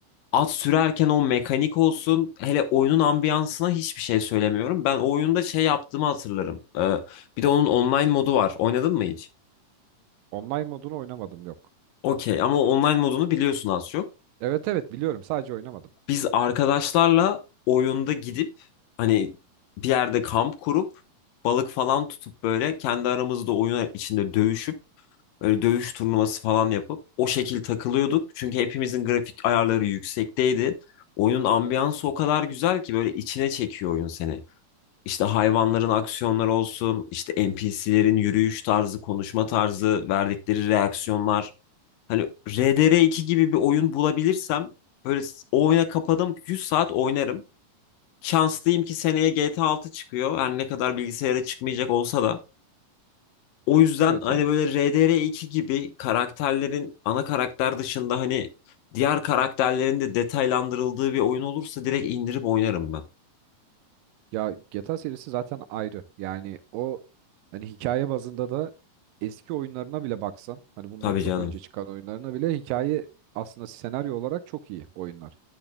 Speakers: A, on the left; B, on the right.
A: at sürerken o mekanik olsun. Hele oyunun ambiyansına hiçbir şey söylemiyorum. Ben o oyunda şey yaptığımı hatırlarım. Ee, bir de onun online modu var. Oynadın mı hiç?
B: Online modunu oynamadım yok.
A: Okey ama online modunu biliyorsun az çok.
B: Evet evet biliyorum sadece oynamadım.
A: Biz arkadaşlarla oyunda gidip hani bir yerde kamp kurup balık falan tutup böyle kendi aramızda oyun içinde dövüşüp böyle dövüş turnuvası falan yapıp o şekil takılıyorduk. Çünkü hepimizin grafik ayarları yüksekteydi. Oyunun ambiyansı o kadar güzel ki böyle içine çekiyor oyun seni. İşte hayvanların aksiyonları olsun, işte NPC'lerin yürüyüş tarzı, konuşma tarzı, verdikleri reaksiyonlar. Hani RDR2 gibi bir oyun bulabilirsem böyle s- o oyuna kapadım 100 saat oynarım. Şanslıyım ki seneye GTA 6 çıkıyor. Her ne kadar bilgisayara çıkmayacak olsa da. O yüzden
B: Evet
A: hani
B: abi.
A: böyle RDR2 gibi karakterlerin ana karakter dışında hani diğer karakterlerin de detaylandırıldığı bir oyun olursa direkt indirip oynarım ben.
B: Ya GTA serisi zaten ayrı. Yani o hani hikaye bazında da eski oyunlarına bile baksan hani bundan
A: Tabii
B: çok
A: canım.
B: önce çıkan oyunlarına bile hikaye aslında senaryo olarak çok iyi oyunlar.